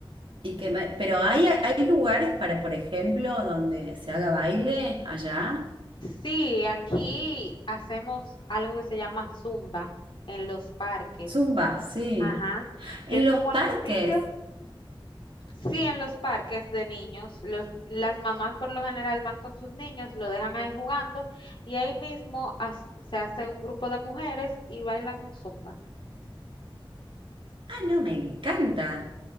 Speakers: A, on the right (about 65°); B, on the left (about 60°).
A: Y que me- pero hay, hay lugares para, por ejemplo, donde se haga baile allá.
B: Sí, aquí hacemos algo que se llama zumba en los parques.
A: Zumba, sí.
B: Ajá, que
A: En
B: es
A: los
B: como ejercicio.
A: parques.
B: Sí, en los parques de niños, los, las mamás por lo general van con sus niños, lo dejan ahí jugando y ahí mismo has- se hace un grupo de mujeres y bailan zumba.
A: Ah, no, me encanta.